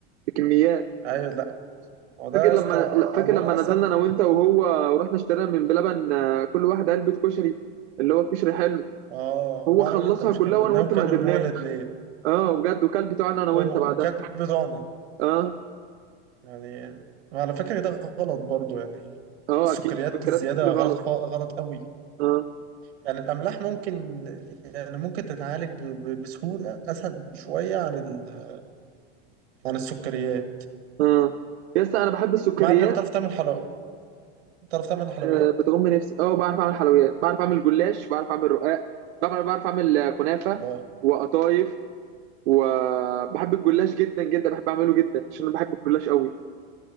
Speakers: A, on the right; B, on the right.
A: بكميات
B: ايوه لا هو ده
A: فاكر لما
B: يا اسطى
A: لا، فاكر
B: اولا
A: لما نزلنا
B: اصلا
A: انا وانت وهو ورحنا اشترينا من بلبن آه، كل واحد علبه كشري اللي هو كشري حلو
B: اه
A: هو
B: وانا
A: خلصها
B: وانت مش
A: كلها
B: كملناه
A: وانا وانت
B: وكلوا
A: ما قدرناش
B: اللي هو الاثنين
A: اه بجد وكل بتوعنا انا وانت
B: وكان
A: بعدها
B: بتوعنا
A: اه
B: يعني وعلى فكره ده غلط برضو يعني
A: اه
B: السكريات
A: اكيد السكريات
B: الزياده
A: الكتير غلط
B: غلط خا- غلط قوي
A: اه
B: يعني الاملاح ممكن يعني ممكن تتعالج ب- ب- بسهوله اسهل شويه عن ال... عن السكريات
A: اه يا اسطى انا بحب السكريات
B: مع ان بتعرف تعمل حلويات بتعرف تعمل حلويات
A: آه، بتغم نفسي اه بعرف اعمل حلويات بعرف اعمل جلاش بعرف اعمل رقاق بعرف بعرف اعمل آه، كنافه
B: والله
A: وقطايف وبحب الجلاش جدا جدا بحب اعمله جدا عشان انا بحب الجلاش قوي